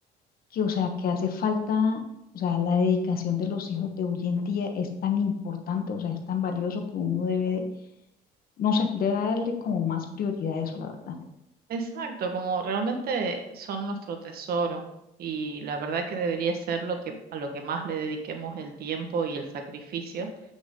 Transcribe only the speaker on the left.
que, o sea, que hace falta, o sea, la dedicación de los hijos de hoy en día es tan importante, o sea, es tan valioso que uno debe, de- no sé, debe darle como más prioridad a eso, la verdad.